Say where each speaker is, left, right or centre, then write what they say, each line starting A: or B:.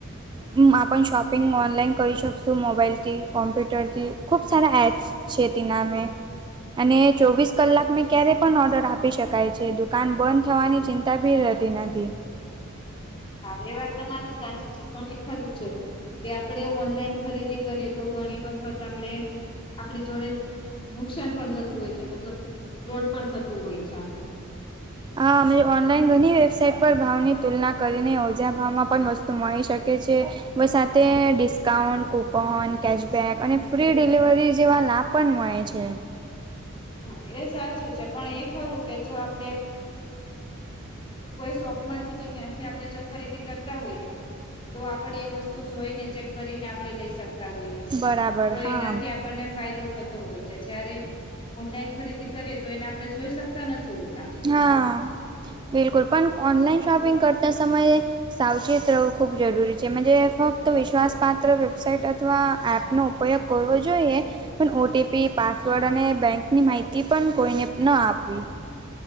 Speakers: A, on the right (about 20°); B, on the left (about 25°).
A: હમ્મ આપણ શોપિંગ ઓનલાઈન કરી શકશું મોબાઈલથી કોમ્પ્યુટરથી ખૂબ સારા એપ્સ શેતી નામે અને ચોવીસ કલાક મેં ક્યારે પણ ઓર્ડર આપી શકાય છે દુકાન બંધ થવાની ચિંતા ભી રહેતી નથી.
B: હા એ વાત તમારી સાચી છે એ પણ ખરું છે. કે આપણે ઓનલાઈન ખરીદી કરીએ તો ઘણી વખત આપડણે આપણી જોડે નુકસાન પણ થતું હોય છે મતલબ રોડ પણ થતું હોય છે.
A: હ અમે ઓનલાઈન ઘણી વેબસાાઈટ પર ભાવની તુલના કરીને ઓજા ભાવમાં પણ વસ્તુ તો મળી શકે છે. બસ સાથે ડિસ્કાઉન્ટ કૂપન કેશબેક અને ફ્રી ડિલિવરી જેવા લાભ પણ મળે છે.
B: હા એ સાચું છે પણ એ ખરું કે જો આપડે કોઈ શો માંથી કે ત્યાંથી આપડણે જો ખરીદી કરતા હોઈએ. તો આપણેે એ વસ્તુ જોઈને ચેક કરીને આપડણે લઈ સકતા હોઈએ છીએ
A: બરાબર
B: તો
A: હા
B: એનાથી આપ આપણને ફાયદો થતો હોય છે જય્યારે ઓનલાઈન ખરીદી કરીએ તો એને આપડણે જોઈ શકતા નથી હોતા
A: હા બિલકુલ પણ ઓનલાઈન શોપિંગ કરતા સમયે સાવચેત રહેવું ખૂબ જરૂરી છે ફક્ત વિશ્વાસપાત્ર વેબસાઇટ અથવા એપનો પ્રયોગ કરવો જોઈએ. પણ ઓટીપી પાસવર્ડ અને બેંકની માહિતી પણ કોઈને ના આપવી